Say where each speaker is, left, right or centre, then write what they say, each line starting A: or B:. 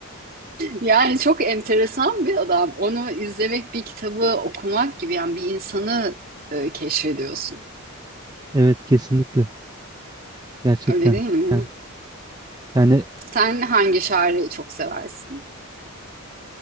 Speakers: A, on the right; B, on the right.
A: Yani çok enteresan bir adam. Onu izlemek bir kitabı okumak gibi yani bir insanı e, keşfediyorsun.
B: Evet kesinlikle. Gerçekten.
A: Öyle değil mi?
B: Yani, yani
A: Sen hangi şairi çok seversin?